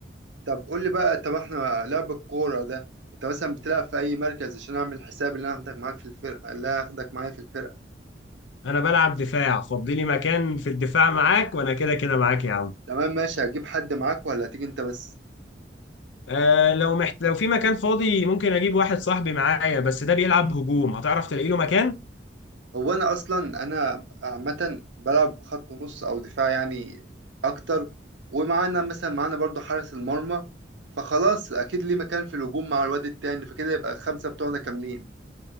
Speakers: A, on the right (about 80°); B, on the left (about 80°).
A: طب قول لي بقى طب احنا لعب الكورة ده انت مثلا بتلعب في اي مركز عشان اعمل حساب اللي انا هاخدك معاك في الفرقة اللي انا هاخدك معايا في الفرقة
B: انا بلعب دفاع فضي لي مكان في الدفاع معاك وانا كده كده معاك يا عم
A: تمام ماشي هجيب حد معاك ولا هتيجي انت بس
B: آه لو محت... لو في مكان فاضي ممكن اجيب واحد صاحبي معايا بس ده بيلعب هجوم هتعرف تلاقي له مكان
A: هو انا اصلا انا عامة بلعب خط نص او دفاع يعني اكتر ومعانا مثلا معانا برضو حارس المرمى فخلاص اكيد ليه مكان في الهجوم مع الواد التاني فكده يبقى الخمسة بتوعنا كاملين